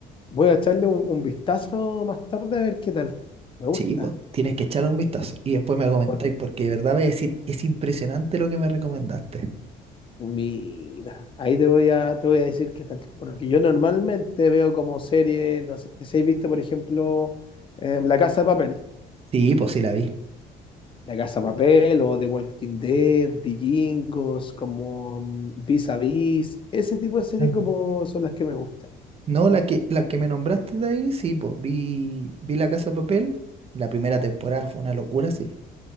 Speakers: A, on the left; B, on the right.
A: voy a echarle un, un vistazo más tarde a ver qué tal. Me gusta.
B: Sí, pues tienes que echarle un vistazo y después me comentáis,
A: Porque,
B: porque de verdad voy a decir, es impresionante lo que me recomendaste.
A: mira, ahí te voy a, te voy a decir qué tal. Porque yo normalmente veo como serie, no sé si has visto, por ejemplo, eh, La Casa de Papel.
B: Sí, pues sí la vi.
A: La Casa
B: Sí,
A: de Papel
B: sí.
A: o The Walking Dead, Vikingos, como mm, Vis a Vis, ese tipo de series
B: Ah.
A: como son las que me gustan.
B: No, la que, la que me nombraste de ahí, sí, pues vi, vi La Casa de Papel. La primera temporada fue una locura, sí.